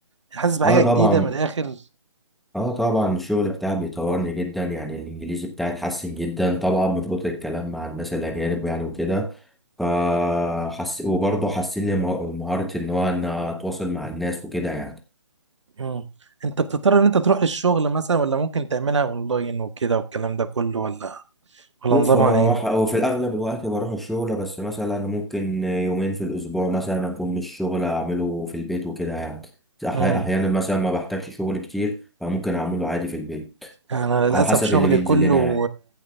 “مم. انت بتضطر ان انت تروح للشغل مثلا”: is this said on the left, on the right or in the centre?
Right